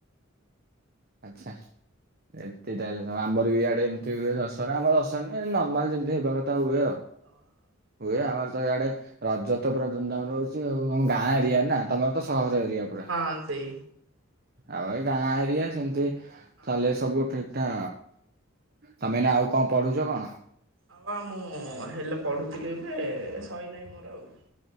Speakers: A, on the right; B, on the right.
A: ଆଚ୍ଛା। ଏମିତି ତାହେଲେ ସବୁ ଆମରବି ଇଆଡ଼େ ଏମିତି ହୁଏ ଦଶହରା ଆମ ଦଶ ନର୍ମାଲ ଯେମିତି ହେବା କଥା ହୁଏ ଆଉ।
B: ହଁ ଓ
A: ହୁଏ
B: ହଁ
A: ଆମରତ ଇଆଡ଼େ ରଜତ ପୁରା ଧୁମୁଧାମରେ ହଉଚି ଆଉ ଆମ ଗାଁ ଏରିଆନା ତମରତ
B: ହଁ
A: ସହର ଏରିଆ ପୁରା।
B: ହଁ ସେଇ
A: ଆଉ ଏଇ ଗାଁ ଏରିଆ ସେମିତି
B: ହଁ।
A: ଚାଲେ ସବୁ ଠିକ୍ ଟା ତମେ ଏଇନା ଆଉ କଣ ପଢୁଚ କଣ?
B: ହଁବା ମୁଁ ହେଲେ ପଢୁଥିଲି ଏବେ ଏସାଇଲାଏଇ ମୋର ଆଉ।